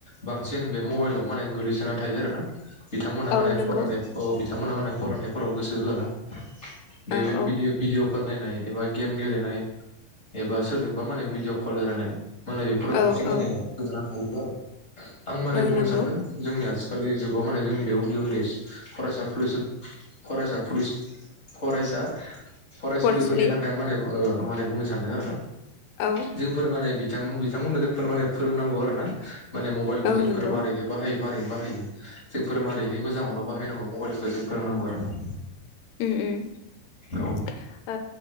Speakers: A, on the left; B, on the left.
A: बांसिन बे मबाइलाव माने गोग्लैसोना थायो आरोना। बिथांमोना माने
B: औ नंगौ
A: फरायनाय अ बिथां बिथांमोनहा माने फरायनायफोराव गोसो होआ बे
B: औ औ
A: भिदिअ भिदिअ फोर नायनाय एबा गेम गेलेनाय एबा सोरजोंबा माने भिडिअ कल रायलायनाय माने बेफोराव
B: औ
A: बांसिन माने
B: औ
A: गोजावना थायो। <unintelligible> आं माने
B: औ
A: बुंनो
B: नंगौ
A: सान्दों जोंनिया आथिखालनि जुगाव माने जोंनि बे उन्दै उन्दै फरायसा फरायसुलि फरायसा फरायसुलि फरायसा फरायसुलिफोरनि
B: फरायसुलि
A: थाखाय माने ओ। होमबालाय बुंनो सानदों आरो ना?
B: औ
A: जोंफोर माने बि बिथां बिथांमोननो जों माने फोरोंनांगौ आरो ना। माने मबाइलखौ
B: औ
A: जोंफोर
B: नंगौ
A: मारैनो बाहायो मारै बाहायो जोंफोर मारैहाय मोजाङावल बाहायनांगौ मबाइलखौ जों फोरोंनांगौ आरो ना।
B: उम उम ओ
A: औ